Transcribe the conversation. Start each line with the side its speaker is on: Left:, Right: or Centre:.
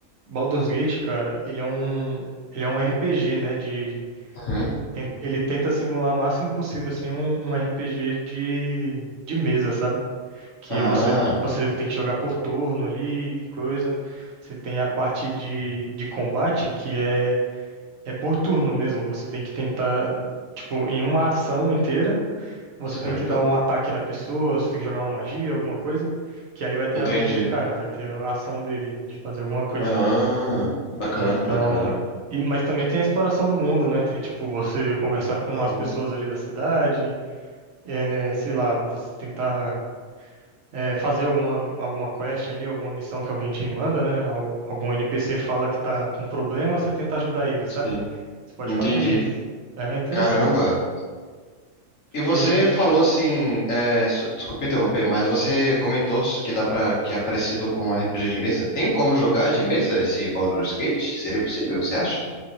Right: Baldur's Gate, cara, ele é um. Ele é um RPG, né? De.
Left: Uhum.
Right: tem- Ele tenta simular o máximo possível, assim, um, um RPG de, de mesa, sabe? que
Left: Ah,
Right: é você, você tem que jogar por turno ali e coisa. Você tem a parte de, de combate que é, é por turno mesmo. Você tem que tentar, tipo, em uma ação inteira, você
Left: certo.
Right: tem que dar um ataque na pessoa, você tem que jogar uma magia, alguma coisa, que aí vai ter
Left: Entendi.
Right: a vez do cara, vai ter a ação dele de fazer alguma coisa.
Left: Ah, bacana,
Right: Então.
Left: bacana.
Right: e- mas também tem a exploração do mundo, né? Tem, tipo, você conversar com
Left: Ah,
Right: as pessoas ali da cidade, é, sei lá, você tentar é, fazer alguma, alguma quest ali, alguma missão que alguém te manda, né? Algum, algum NPC fala que tá com problema, você tenta ajudar ele, sabe?
Left: sim,
Right: Você pode
Left: entendi.
Right: fazer isso. É interessante.
Left: Caramba. E você
Right: E,
Left: falou assim, é, so- desculpa interromper, mas você comentou que dá para que é parecido com um RPG de mesa. Tem como jogar de mesa esse Baldur's Gate? Seria possível, você acha?